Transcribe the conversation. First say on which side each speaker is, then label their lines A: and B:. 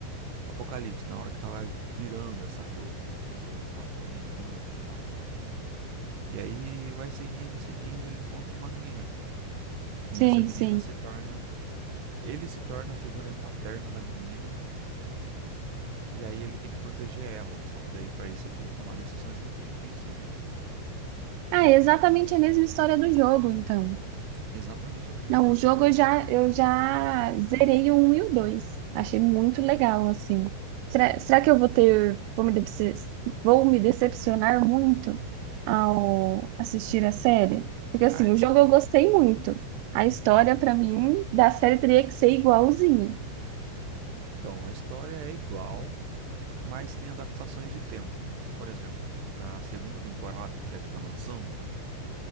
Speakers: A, on the right (about 70°); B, on the right (about 85°).
A: Apocalipse, na hora que tava virando essa coisa, né? Que os zumbis estavam dominando e tal. E aí vai seguindo, seguindo, ele encontra uma menina. E
B: Sim,
A: essa menina
B: sim.
A: se torna. Ele se torna a figura paterna da menina. E aí ele tem que proteger ela. Só que daí, pra isso, ele tem que tomar decisões muito difíceis na vida.
B: Ah, é exatamente a mesma história do jogo, então.
A: Exatamente a mesma
B: Não,
A: história
B: o jogo
A: do jogo.
B: eu já, eu já zerei o 1 e o 2. Achei muito legal, assim. Será, será que eu vou ter, vou me decep- vou me decepcionar muito ao assistir a série? Porque assim,
A: Ah,
B: o jogo eu gostei muito. A história, pra mim, da série teria que ser igualzinha.
A: então, a história é igual, mas tem adaptações de tempo. Por exemplo, na segunda temporada, que é a que tá lançando,